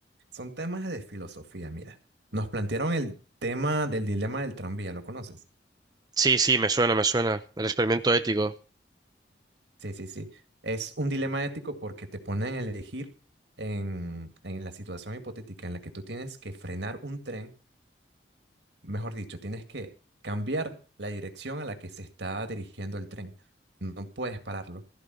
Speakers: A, on the right; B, on the right.
A: Son temas de filosofía, mira. Nos plantearon el tema del dilema del tranvía, ¿lo conoces?
B: Sí, sí, me suena, me suena. El experimento ético.
A: Sí, sí, sí. Es un dilema ético porque te ponen a elegir en, en la situación hipotética en la que tú tienes que frenar un tren Mejor dicho, tienes que cambiar la dirección a la que se está dirigiendo el tren. No puedes pararlo.